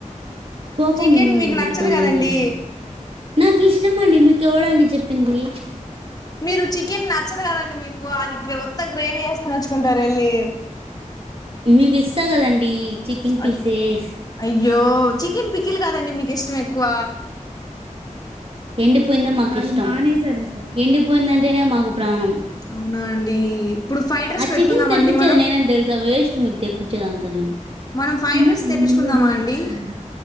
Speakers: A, on the right; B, on the left.
A: కోపం
B: చికెన్
A: మొదలు
B: మీకు
A: పెట్టుకోంది
B: నచ్చదు కదండి
A: ఇద్దరికి నాకు ఇష్టం అండి మీకు ఎవరు అండి చెప్పింది
B: మీరు చికెన్ నచ్చదు కదండి మీకు అది ఒత గ్రేవీ వేసుకుని వచ్చుకుంటారు వెళ్ళి
A: మీకు ఇస్తా కదా అండి చికెన్ పిఎచెస్
B: అయ్యో అయ్యో చికెన్ పికిల్ కాదండి మీకు ఇష్టం ఎక్కువ
A: ఎండిపోయిందే మాకు ఇష్టం ఎండిపోయిందంటేనే మాకు ప్రాణం
B: అవునా అండి ఇప్పుడు ఫైవ్ డ్రెస్
A: ఆ
B: పెట్టుకుందామా
A: చికెన్ తెప్పించేది
B: అండి మనం
A: నేనని తెలుసా వేస్ట్ మీకు తెప్పించేది అంతా నేను
B: మనం ఫ్రైడ్
A: ఎందుకు
B: రైస్ తెప్పించుకుందామా
A: రెండు లూడోలు
B: అండి
A: పెట్టుకున్నావు?